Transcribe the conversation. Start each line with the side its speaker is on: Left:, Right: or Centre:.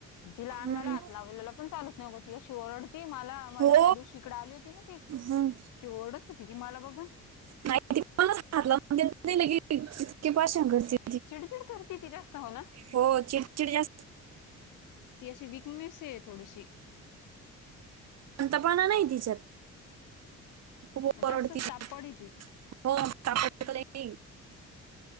Left: तीला अंगाला
Right: हं.
Left: हात लावलेला पण चालत नगो ती अशी ओरडती माला, मला
Right: हो
Left: त्या दिवशी इकडे आली होती ना ती! अशी
Right: हं.
Left: ओरडत होती ती माला बघून.
Right: <unintelligible>
Left: चिडचिड करती ती जास्त हो ना!
Right: हो चिडचिड जास्त
Left: ती अशी विकणेस आहे थोडीशी.
Right: शांतपणा नाही तिच्यात खूप ओरडती.
Left: जास्तच
Right: <unintelligible>
Left: ताप पडे ती